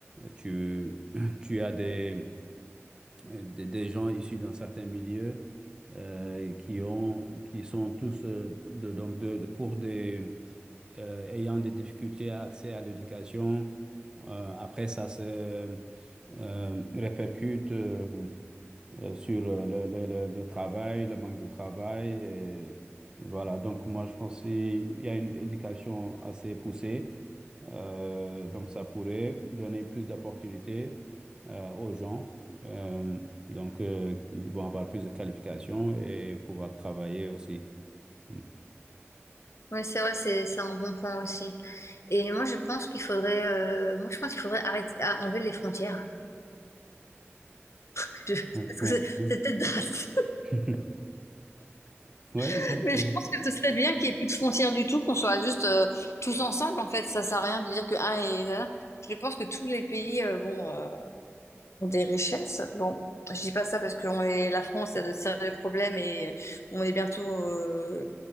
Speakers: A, on the right; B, on the left.
A: tu, <laughs> <clears throat> tu as des, des, des gens issus d'un certain milieu euh, qui ont qui sont tous euh, de, donc de, de- pour des euh, ayant des difficultés à accès à l'éducation euh, après, ça se euh, répercute euh, euh, sur euh, le, le- le- le travail, le manque de travail. Et voilà, donc moi, je pense qu'il y a une éducation assez poussée. Euh, donc, ça pourrait donner plus d'opportunités euh, aux gens. Euh, donc, euh, ils vont avoir plus de qualifications et pouvoir travailler aussi. Mm.
B: Oui, c'est vrai, c'est c'est un bon point aussi. Et moi, je pense qu'il faudrait, euh, moi, je pense qu'il faudrait arrêter, ah, enlever les frontières. <laughs> Je- parce
A: Ouais, ouais,
B: que c'est
A: ouais.
B: c'est peut-être drastique,
A: <laughs> Ouais,
B: <laughs>
A: ouais,
B: mais je pense que ce serait bien qu'il n'y ait plus de frontières du tout, qu'on soit juste euh, tous ensemble. En fait, ça sert à rien de dire que un est. nanana. Je pense que tous les pays euh, bon, euh, ont des richesses. Bon, je dis pas ça parce que on est, la France a de sérieux problèmes et on est bientôt euh,